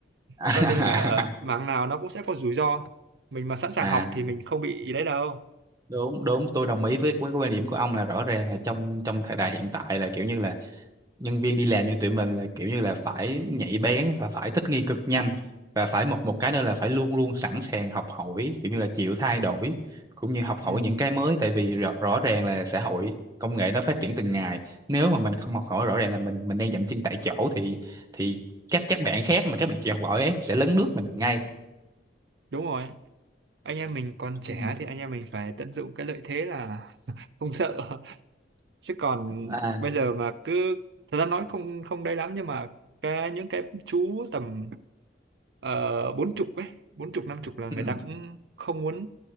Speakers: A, on the right; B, on the right.
A: <laughs>
B: cho nên là ờ, mảng nào nó cũng sẽ có rủi ro mình mà sẵn sàng
A: à
B: học thì mình không bị ý đấy đâu
A: đúng đúng tôi đồng ý với với cái quan điểm của ông là rõ ràng là trong trong thời đại hiện tại là kiểu như là nhân viên đi làm như tụi mình là kiểu như là phải nhạy bén và phải thích nghi cực nhanh và phải một một cái nữa là phải luôn luôn sẵn sàng học hỏi kiểu như là chịu thay đổi cũng như học hỏi
B: ừ,
A: những cái mới tại vì rõ, rõ ràng là xã hội công nghệ nó phát triển từng ngày nếu mà mình không học hỏi rõ ràng là mình mình đang dậm chân tại chỗ thì thì các các bạn khác mà các bạn chịu học hỏi ấy sẽ lấn lướt mình ngay
B: đúng rồi anh em mình còn trẻ
A: ừ.
B: thì anh em mình phải tận dụng cái lợi thế là không sợ <laughs> chứ còn
A: à
B: bây giờ mà cứ thật ra nói không không đấy lắm nhưng mà cái những cái chú tầm ờ, bốn chục ấy bốn chục năm chục là người
A: Ừ,
B: ta cũng không muốn